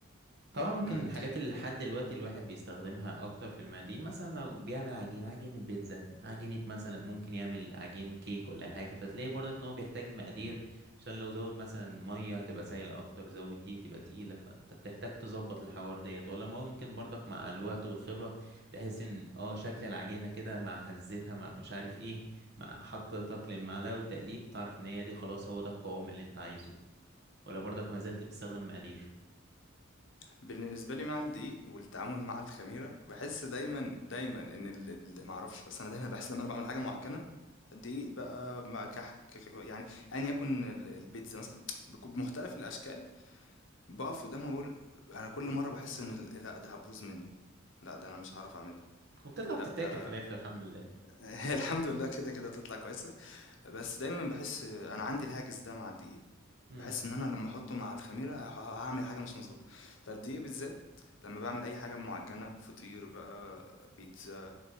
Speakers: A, on the right; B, on the left.
A: طبعا ممكن
B: إمم.
A: من الحاجات اللي لحد دلوقتي الواحد بيستخدمها اكتر في المقادير مثلا لو بيعمل عجين عجينة بيتزا عجينة مثلا ممكن يعمل عجين كيك ولا حاجة فتلاقي برضك ان هو بيحتاج المقادير عشان لو زود مثلا مية هتبقى سايلة اكتر زود دي تبقى تقيلة فانت بتحتاج تظبط الحوار ديت ولا ممكن برضك مع الوقت والخبرة تحس ان اه شكل العجينة كده مع هزتها مع مش عارف ايه مع حطتك للمعلقة وتقليب تعرف ان هي دي خلاص هو ده القوام اللي انت عايزه ولا برضك ما زلت بتستخدم مقادير
B: فبالنسبة لي مع الدقيق والتعامل مع الخميرة، باحس دايمًا، دايمًا إن ال ال ما أعرفش، بس أنا دايمًا باحس لمّا أنا باعمل حاجة معجّنة، دقيق بقى مع كحك يعني أيًا يكن ال البيتزا مثلًا بك بمختلف الأشكال بقف قدامها بقول انا كل مره بحس ان ال- لا ده هتبوظ مني لا ده انا مش هعرف اعملها
A: وبتطلع
B: لا
A: بتتاكل
B: ده
A: في الاخر الحمد لله
B: <laughs> هي الحمد لله كده كده بتطلع كويسه بس دايما بحس انا عندي الهاجس ده مع الدقيق
A: امم
B: بحس ان انا لما احطه مع الخميره ه- هعمل حاجه مش مظبوطه فالدقيق بالذات لما بعمل اي حاجه معجنه فطير بقى بيتزا